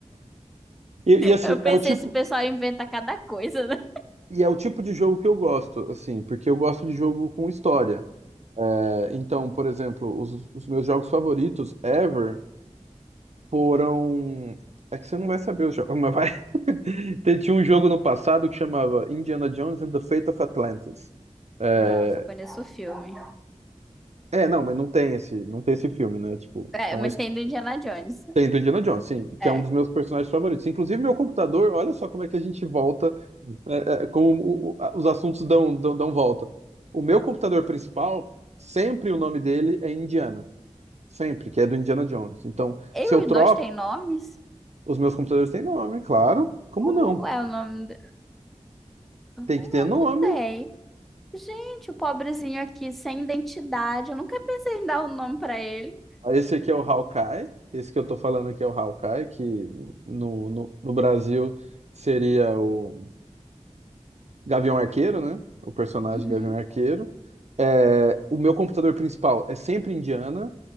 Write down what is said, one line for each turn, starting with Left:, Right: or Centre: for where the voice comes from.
Right: E, e assim,
Centre: Eu pensei,
Right: é o tipo,
Centre: esse pessoal inventa cada coisa, né?
Right: E é o tipo de jogo que eu gosto, assim, porque eu gosto de jogo com história. É, então, por exemplo, os, os meus jogos favoritos ever foram. É que você não vai saber os jogos, mas vai. <laughs> Te- Tinha um jogo no passado que chamava Indiana Jones and the Fate of Atlantis. É,
Centre: Não, só conheço o filme.
Right: é, não, mas não tem esse, não tem esse filme, né? Tipo,
Centre: É,
Right: é uma
Centre: mas
Right: his-
Centre: tem do Indiana Jones.
Right: tem do Indiana Jones, sim, que
Centre: É.
Right: é um dos meus personagens favoritos. Inclusive, meu computador, olha só como é que a gente volta é, é, como o- o- os assuntos dão, dão, dão volta. O meu computador principal, sempre o nome dele é Indiana. Sempre, que é do Indiana Jones. Então, se
Centre: E
Right: eu
Centre: os
Right: troco,
Centre: dois têm nomes?
Right: os meus computadores têm nome, claro. Como
Centre: Como
Right: não?
Centre: é o nome? de-
Right: Tem
Centre: O
Right: que ter
Centre: meu
Right: nome.
Centre: não tem. Gente, o pobrezinho aqui, sem identidade. Eu nunca pensei em dar um nome pra ele.
Right: Ah, Esse aqui é o Hawkeye. Esse que eu tô falando aqui é o Hawkeye, que no, no, no Brasil seria o Gavião Arqueiro, né? O personagem
Centre: Uhum.
Right: Gavião Arqueiro. É, o meu computador principal é sempre Indiana.